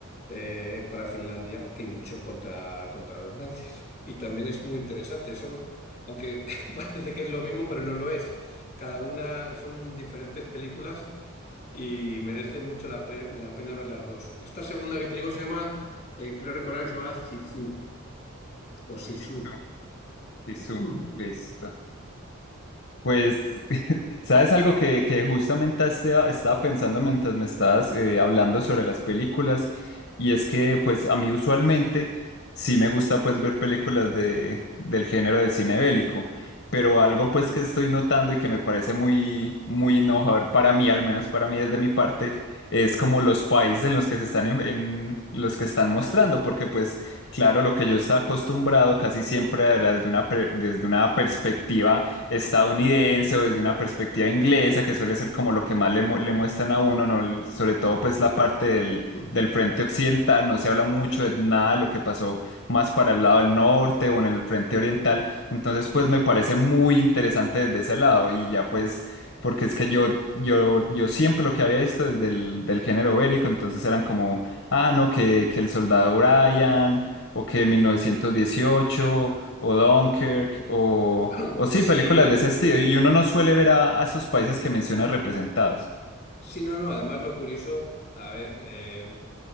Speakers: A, on the left (about 30°); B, on the left (about 55°).
A: eh, para Finlandia que luchó contra, contra los nazis. Y también es muy interesante, son, aunque <laughs> parece que es lo mismo, pero no lo es. Cada una son diferentes películas y merece mucho la, pe- la pena ver las dos. Esta segunda que te digo se llama, eh, creo recordar que se llama Zizou o Sisu.
B: Listo, listo,
A: Mm,
B: listo. Pues, <laughs> ¿sabes algo que, que justamente este- estaba pensando mientras me estabas eh, hablando sobre las películas? Y es que, pues, a mí usualmente sí me gusta, pues, ver películas de, del género de cine bélico, pero algo, pues, que estoy notando y que me parece muy, muy innovador para mí, al menos para mí desde mi parte, es como los países en los que se están, en en los que están mostrando, porque, pues, claro, lo que yo estaba acostumbrado casi siempre era desde una, per- desde una perspectiva estadounidense o desde una perspectiva inglesa, que suele ser como lo que más le, mu- le muestran a uno, ¿no? El- Sobre todo pues la parte del,
A: mm.
B: del frente occidental, no se habla mucho de nada de lo que pasó más para el lado del norte o en el frente oriental, entonces pues me parece muy interesante desde ese lado y ya pues porque es que yo, yo, yo siempre lo que había visto desde el del género bélico, entonces eran como, ah, no, que, que el soldado Brian o que 1918 o Dunkirk o...
A: <clears throat>
B: O sí,
A: Sí,
B: películas de ese estilo. Y uno no suele ver a, a esos países que mencionas representados.
A: sí, no, no. Además, lo curioso, a ver, eh,